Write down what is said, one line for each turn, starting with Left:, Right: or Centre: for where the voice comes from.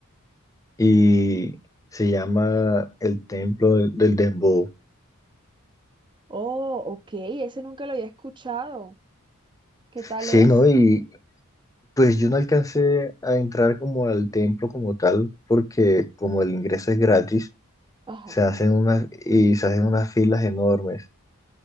Left: Y se llama el Templo del, del Dembow.
Right: Oh, ok, ese nunca lo había escuchado. ¿Qué tal
Left: Sí,
Right: es?
Left: ¿no? Y pues yo no alcancé a entrar como al templo como tal, porque como el ingreso es gratis,
Right: Ajá.
Left: se hacen unas, y se hacen unas filas enormes